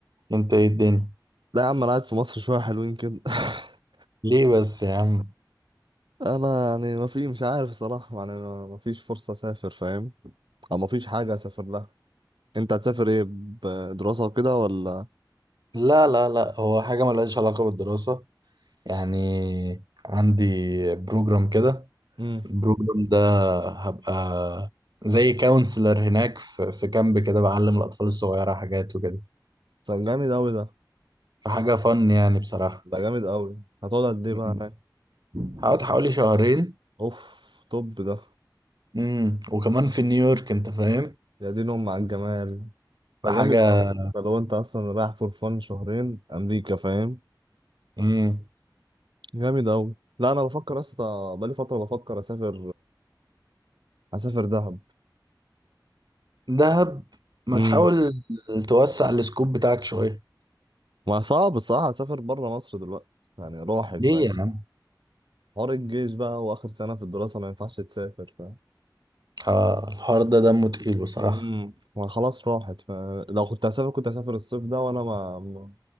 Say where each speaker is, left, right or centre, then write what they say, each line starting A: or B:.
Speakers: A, on the right; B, on the right.
A: أنت إيه الدنيا
B: لا يا عم انا قاعد في مصر شويه حلوين كده <laughs>
A: ليه بس يا عم
B: انا يعني ما في مش عارف صراحه يعني ما ما فيش فرصه اسافر فاهم او ما فيش حاجه اسافر لها انت هتسافر ايه بدراسه وكده ولا
A: لا لا لا هو حاجة ملهاش علاقة بالدراسة يعني عندي بروجرام كده
B: امم
A: البروجرام ده هبقى زي كونسلر هناك في في كامب كده بعلم الأطفال الصغيرة حاجات وكده
B: ده جامد قوي ده
A: فحاجة فن يعني بصراحة
B: ده جامد قوي هتقعد قد ايه
A: م-
B: بقى
A: م.
B: هناك
A: هقعد حوالي شهرين
B: اوف طب ده
A: امم وكمان في نيويورك انت فاهم
B: يا دين ام على الجمال ده
A: فحاجة
B: جامد قوي ده لو انت اصلا رايح فور فن شهرين امريكا فاهم
A: امم
B: جامد أوي لا أنا بفكر يا اسطى بقالي فترة بفكر أسافر أسافر دهب
A: دهب ما
B: امم
A: تحاول توسع السكوب بتاعك شوية
B: ما صعب الصراحة أسافر بره مصر دلوقتي يعني راحت
A: ليه
B: فاهم
A: يا عم
B: حوار الجيش بقى وآخر سنة في الدراسة ما ينفعش تسافر فاهم
A: آه الحوار ده دمه تقيل بصراحة
B: امم ما خلاص راحت فلو كنت هسافر كنت هسافر الصيف ده وأنا ما ما